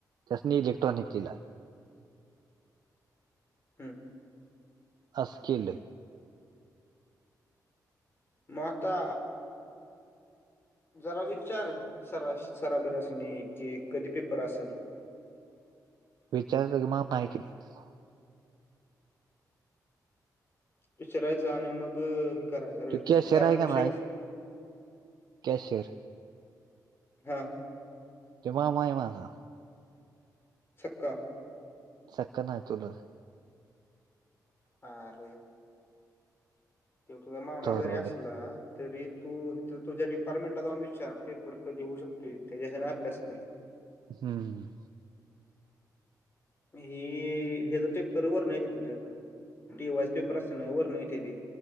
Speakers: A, on the right; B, on the left.
A: त्यासनी इलेक्ट्रॉनिक दिलाय.
B: हूं
A: आस केलंय.
B: म आता जरा विचार सरा सराबीरांस्नी की कधी पेपर असल.
A: विचारतो की मामा हाय की तिथं
B: विचारायच आणि मग हे करायचं
A: तो
B: र
A: कॅशियर
B: कारण
A: आहे
B: विषय
A: का नाही
B: कस
A: कॅशियर
B: घरात.
A: त्यो मामा आहे माझा.
B: सख्खा.
A: सख्खा नाही चुलत.
B: आर.. त्यो तुझा मामा
A: थोरवडे
B: जरी असला, तरी तू- तर तुझ्या डिपार्टमेंट ला जाऊन विचार, पेपर कधी होऊ शकतोय, त्याच्या हन अभ्यास कर.
A: हम्म.
B: ही ह्याचा पेपर वरन <unintelligible> तिथं टी वाय चा पेपर असतो ना, वरन येतत्याती.